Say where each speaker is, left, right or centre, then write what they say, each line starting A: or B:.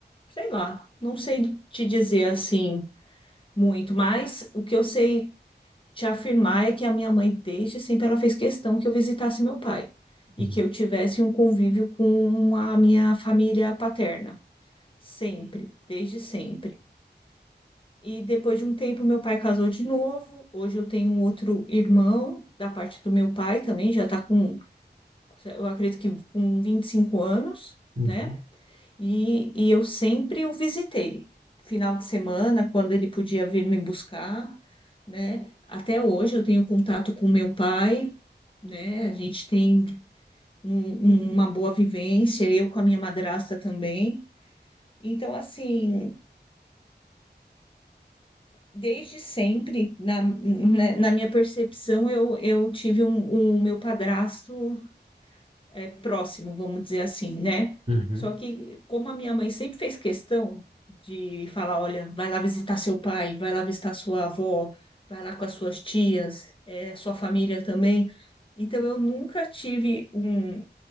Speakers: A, on the left (about 30°); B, on the right (about 35°).
A: sei lá, não sei te dizer assim muito, mas o que eu sei te afirmar é que a minha mãe, desde sempre, ela fez questão que eu visitasse meu pai e
B: Uhum,
A: que eu tivesse um convívio com a minha família paterna, sempre, desde sempre. E depois de um tempo, meu pai casou de novo. Hoje eu tenho um outro irmão da parte do meu pai também, já está com, eu acredito que com 25 anos,
B: uhum,
A: né? E, e eu sempre o visitei. Final de semana, quando ele podia vir me buscar, né? Até hoje eu tenho contato com meu pai, né? A gente tem um- um, uma boa vivência, eu com a minha madrasta também. Então, assim, desde sempre, na, né, na minha percepção, eu, eu tive um, um meu padrasto é, próximo, vamos dizer assim, né?
B: uhum,
A: Só que, como a minha mãe sempre fez questão de falar: olha, vai lá visitar seu pai, vai lá visitar sua avó, vai lá com as suas tias, é, sua família também. Então, eu nunca tive um,